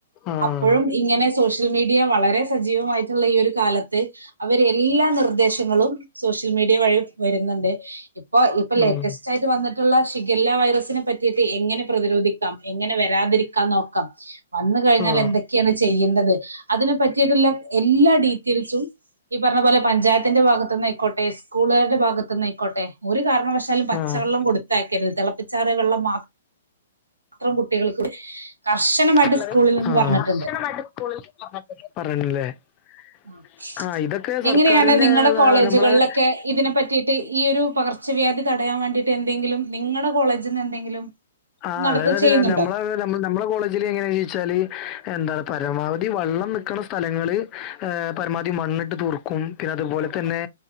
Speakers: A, on the left (about 30°); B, on the right (about 85°).
A: ആഹ്
B: അപ്പഴും ഇങ്ങനെ സോഷ്യൽ മീഡിയ വളരെ സജീവമായിട്ടുള്ള ഈ ഒരു കാലത്ത് അവർ എല്ലാ നിർദ്ദേശങ്ങളും സോ ഷ്യൽ മീഡിയ വഴി വരുന്നുണ്ട് ഇപ്പൊ ഇപ്പൊ ലേറ്റസ്റ്റ്
A: ഉം
B: ആയി വന്നിട്ടുള്ള ഷിഗല്ല വൈറസ്നെ പറ്റിട്ട് എങ്ങനെ പ്രതിരോധിക്കാം എങ്ങനെ വെരാതിരിക്കാം നോക്കാം വന്ന് ഒരു കഴിഞ്ഞാൽ
A: ആഹ്
B: എന്തൊക്കെയാണ് ചെയ്യ്ന്നത് അതിനെ പറ്റിയിട്ടുള്ള എല്ലാ ഡീറ്റെയിൽസും പറഞ്ഞ പോലെ പഞ്ചായത്തിന്റെ ഭാഗത്ത് നിന്നയ്ക്കോട്ടെ സ്കൂളാരുടെ ഭാഗത്ത് നിന്ന് ആയ്ക്കോട്ടെ ഒരു കാരണവശാലും പ
A: ആഹ്
B: പച്ചവെള്ളം കൊടുത്തയക്കരുത് തിളപ്പിച്ചാറിയ വെള്ളം മാത്രം കുട്ടികൾക്ക് കർശനമായിട്ട്
A: <unintelligible>
B: സ്കൂളിൽ നിന്ന് പറഞ്ഞിട്ടുണ്ട് <unintelligible>
A: ആഹ് ഇതൊക്കെ
B: എങ്ങനെയാണ്
A: സർക്കാരിന്റെ
B: നിങ്ങടെ കോളേജുകൾലൊക്കെ
A: നമ്മളെ
B: ഇതിനെ പറ്റീട്ട് ഈ ഒരു പകർച്ച പകർച്ചവ്യാധി തടയാൻ വേണ്ടിയിട്ട് എന്തെങ്കിലും നിങ്ങളുടെ കോളേജിൽ നിന്ന് എന്തെങ്കിലും
A: ആഹ്
B: നടത്ത
A: അതായത് അത്
B: ചെയ്യുന്നുണ്ടോ
A: നമ്മ നമ്മെ കോളേജിൽ എങ്ങനെയാ ചോയ്ച്ചാല് എന്താ പറ പരമാവധി വെള്ളം നൽക്കണ സ്ഥലങ്ങള് ഹ പരമാവധി മണ്ണിട്ട് തൂർക്കും പിന്നെ അതുപോലെ തന്നെ-